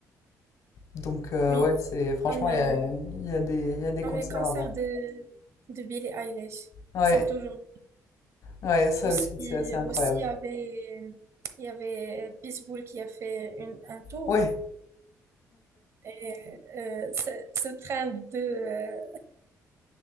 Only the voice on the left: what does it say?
Donc euh,
ouais, c'est franchement
il y a, il y a des, il y a des
concerts
à voir.
Ouais,
ouais, ça
aussi c'est assez incroyable.
Ouais,